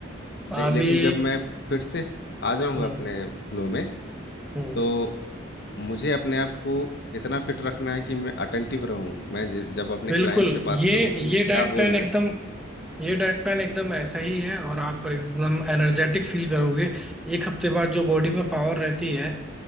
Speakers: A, on the left; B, in the centre.
A: ले,
B: अभी
A: लेकिन जब मैं फिर से आ जाऊंगा
B: हम्म
A: अपने फ्लो में
B: हम्म,
A: तो मुझे अपने आप को इतना फिट रखना है कि मैं अटेंटिव रहूं मैं ज- जब अपने
B: बिल्कुल
A: क्लाइंट से बात
B: ये
A: करूं तो
B: ये
A: वो क्या
B: डाइट प्लान
A: बोल
B: एकदम
A: रहे
B: ये
A: हैं
B: डाइट प्लान एकदम ऐसा ही है और आप एकदम एनर्जेटिक फील करोगे एक हफ्ते बाद जो बॉडी में पावर रहती है